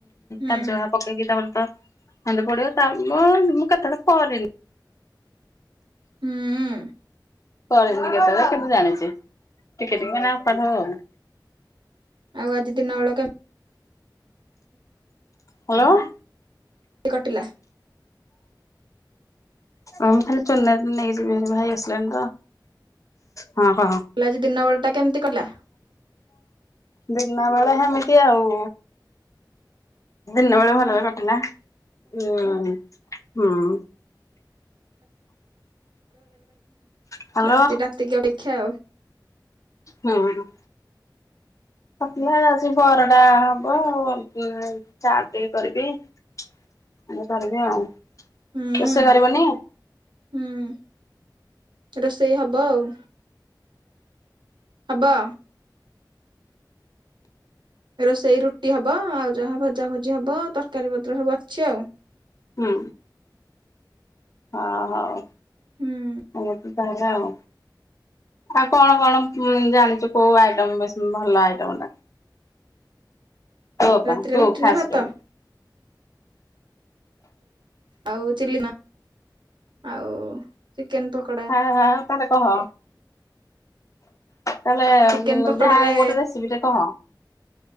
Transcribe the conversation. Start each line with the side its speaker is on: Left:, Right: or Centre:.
Right: ହୁଁ
Left: କାଜୁ ପକେଇକି ତାମର ଖାଣ୍ଡେ ପଡିବ ତା ମୁ ମୁଁ କଥା ପରନି
Right: ହୁଁ।
Left: କରି କେତ କିନ୍ତୁ ଜାଣିଛି ଟିକେବ ଆଉ
Right: ଆଉ ଆଜି ଦିନ ଅଳକା
Left: ହ୍ୟାଲୋ।
Right: କଟିଲା।
Left: ଆମେ ଖାଲି ଚୋନ ଦିନ ନେଇକି ଯିବି ଭାଇ ଆସିଲାଣି ତ ହଁ କହ
Right: ତାହେଲେ ଆଜି ଦିନ ବେଳା ଟା କେମିତି କଟିଲା?
Left: ଦିନ ବେଳେମିତି ଆ ଆଉ। ଦଣ୍ଡବେଳେ ଭଲରେ କଟ ନା ହୁଁ ହୁଁ। ହ୍ୟାଲୋ
Right: ରାତି ରାତିକି ଅପେକ୍ଷା ଆଉ।
Left: ହୁଁ। ସପିଲ ଆଜି ବର ଟା ହବ ଆଉ ଚାର ଟ କରିବି ଏ କରିବି ଆଉ
Right: ହୁଁ
Left: କେଷ କରିବନି
Right: ହୁଁ ରୋଷେଇ ହବ ଆଉ। ହବ? ରୋଷେଇ ରୁଟି ହବ। ଆଉ ଯାହା ଭଜା ଭଜି ହବ ତରକାରୀ ପତ୍ର ସବୁ ଅଛି ଆଉ।
Left: ହୁଁ। ହଁ ହଉ
Right: ହୁଁ
Left: ଏମତି ତାହେଲେ ଆଉ। ଆଉ କଣ କଣ ଜାଣିଛୁ କୋଉ ଆଇଟମ ଭଲ ଆଇଟମ ଟା ଏ ବୋପ
Right: ରାତିରେ
Left: ତୁ
Right: ରୁଟି
Left: ଖାସ
Right: ନା ଭାତ
Left: କ
Right: ଆଉ ଚିଲି ଆଉ ଚିକେନ ପକୋଡା
Left: ହଁ ହଁ ତାହଲେ କହ? ତାହେଲେ
Right: ଚିକେନ ପକୋଡାରେ
Left: ଯାହା ଗୋଟେ ରେସିପି ଟେ କହ